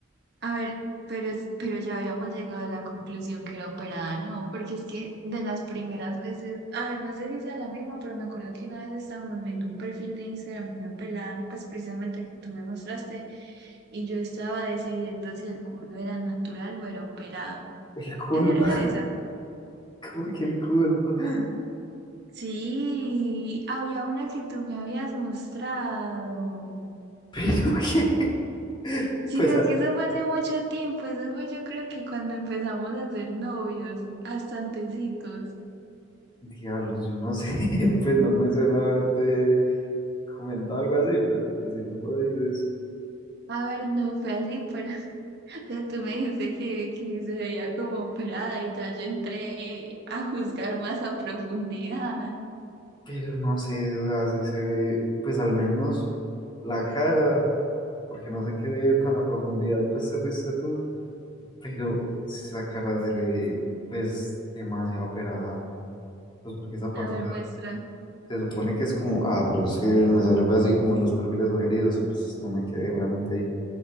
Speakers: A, on the right; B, on the left.
A: A ver, pero, es- pero ya habíamos llegado a la conclusión que era operada, ¿no? Porque es que de las primeras veces, a ver, no sé si sea la misma, pero me acuerdo que una vez estábamos viendo un perfil de Instagram y una pelada, pues precisamente que tú me mostraste, y yo estaba decidiendo si el culo era natural o era operado.
B: El culo,
A: ¿Esa era esa?
B: <laughs> como que el culo. <laughs>
A: Sí, había una que tú me habías mostrado.
B: Pero que,
A: Sino
B: pues a
A: que
B: ver,
A: eso fue hace mucho tiempo, eso fue yo creo que cuando empezamos a ser novios, hasta antecitos.
B: diablos, yo no sé, <laughs> pues no me suena haberte comentado algo así, pero pues si tú lo dices.
A: A ver, no fue así, pero <laughs> o sea, tú me dijiste que, que se veía como operada y ya yo entré eh, a juzgar más a profundidad.
B: Pero no sé, o sea, si se ve, pues al menos la cara, porque no sé qué de tan a profundidad, pues te fuiste tú. pero si esa cara se le, pues, demasiado operada. Pues porque esa parte
A: A ver, muestra.
B: se supone que es como, ah, pero es que me salió fue así como en los perfiles sugeridos y pues no me quedé obviamente ahí.